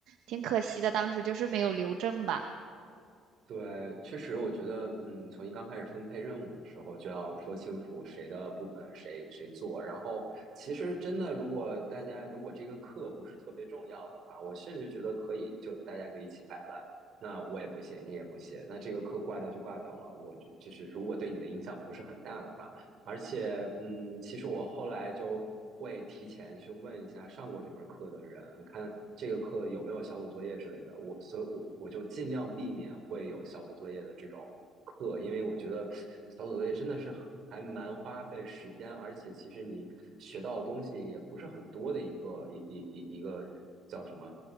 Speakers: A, on the right (about 80°); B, on the right (about 55°).
A: 挺可惜的，当时就是没有留证吧。
B: 对，确实，我觉得，嗯，从一刚开始分配任务的时候，就要说清楚谁的部分谁谁做。然后，其实真的，如果大家如果这个课不是特别重要的话，我甚至觉得可以就大家就一起摆烂。那我也不写，你也不写，那这个课挂掉就挂掉了。我就就是，如果对你的影响不是很大的话，而且，嗯，其实我后来就会提前去问一下上过这门课的人，看这个课有没有小组作业之类的。我，所以我我就尽量避免会有小组作业的这种课，因为我觉得小组作业真的是很还蛮花费时间，而且其实你学到的东西也不是很多的一个一一一一个叫什么